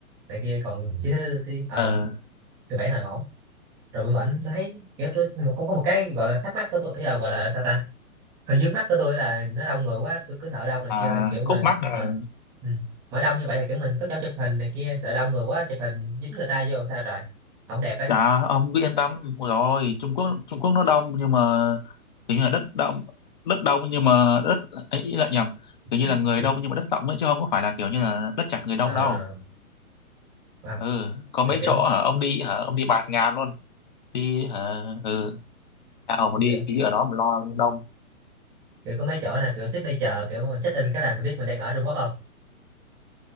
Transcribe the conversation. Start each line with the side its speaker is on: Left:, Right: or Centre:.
Centre: này kia còn chứ tiếng ờ,
Left: ờ
Centre: cơ bản là ổn rồi bên bển tôi thấy kiểu tôi một cũng có một cái gọi là thắc mắc của tôi ý là gọi là sao ta hơi vướng mắt của tôi là nó đông người quá tôi cứ sợ đông này
Left: à
Centre: kia thôi kiểu
Left: khúc
Centre: mà
Left: mắc là
Centre: mà ừ. mà đông như vậy thì kiểu mình có chỗ chụp hình này kia sợ đông người quá chụp hình dính người ta vô sao trời không đẹp ấy
Left: Dạ, ông cứ yên tâm. Ôi rồi, Trung Quốc Trung Quốc nó đông nhưng mà kiểu như là đất đông đất đông nhưng mà đất ấy ý là nhầm kiểu như
Centre: <laughs>
Left: là người đông nhưng mà đất rộng ấy chứ không có phải là kiểu như là đất chật người đông
Centre: à,
Left: đâu
Centre: à,
Left: ừ có mấy
Centre: kiểu, kiểu
Left: chỗ hả ông đi hả ông đi bạt ngàn luôn đi hả ừ à, ông mà đi,
Centre: kiểu
Left: đi ở đó mà lo đông
Centre: kiểu có mấy chỗ nè kiểu xích đây chờ kiểu mà check in cái là tôi biết mình đang ở Trung Quốc không